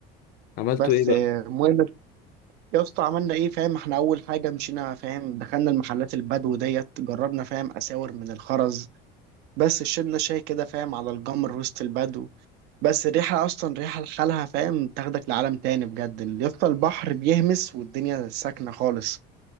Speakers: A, on the left (about 50°); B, on the right (about 60°).
A: عملتوا
B: بس
A: ايه بقى
B: آه، المهم يا اسطى عملنا ايه فاهم احنا اول حاجة مشينا فاهم دخلنا المحلات البدو ديت جربنا فاهم اساور من الخرز بس شربنا شاي كده فاهم على الجمر وسط البدو بس الريحة أصلا ريحة لحالها فاهم تاخدك لعالم تاني بجد اللي يفضل البحر بيهمس والدنيا ساكنة خالص